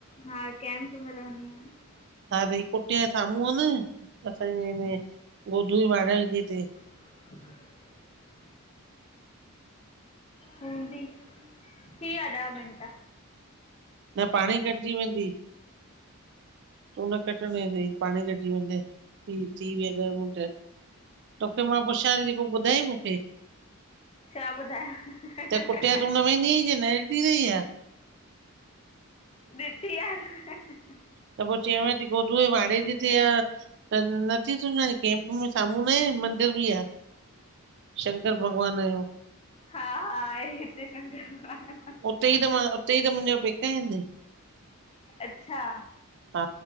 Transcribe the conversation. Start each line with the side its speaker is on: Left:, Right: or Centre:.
Left: हा कैंप में रहंदी आहियां
Right: हा त कुटिया जे साम्हूं आ न असांजे हिन गोलू जे वाड़ा जे हिते <unintelligible>
Left: <inaudible> हूंदी। थी वया ॾह मिन्ट।
Right: न पाणेही कटजी वेंदी। तूं न कटण वञ <unintelligible> पाणे कटिजी वेंदे, थी विया ॾह मिनट। तोखे मां पुछां जेको ॿुधाई मूंखे?
Left: छा ॿुधायां
Right: त कुटिया तूं न वेंदी आही छा, न ॾिठी थई छा?
Left: ॾिठी आहे न।
Right: त पोइ चवां थी <unintelligible> गोदू जीवाणु जे हिते आ त नथी सुञाणे केम्प में साम्हूं आहे मंदर बि आ। शंकर भॻवान जो।
Left: हा, आहे हिते शंकर भॻवान जो मंदिर।
Right: हुते ई त मां, हुते ई त मुंहिंजा पेका आहिनि।
Left: अच्छा।
Right: हा,